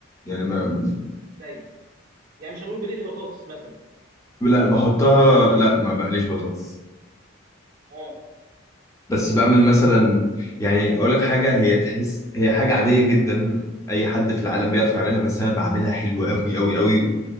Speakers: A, on the left; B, on the right.
A: يعني ما
B: زي يعني مش هنقول بنقلي بطاطس مثلا
A: لا بحطها لا ما بقليش بطاطس
B: اه
A: بس بعمل مثلا يعني اقول لك حاجة هي تحس هي حاجة عادية جدا اي حد في العالم بيعرف يعملها بس انا بعملها حلوة قوي قوي قوي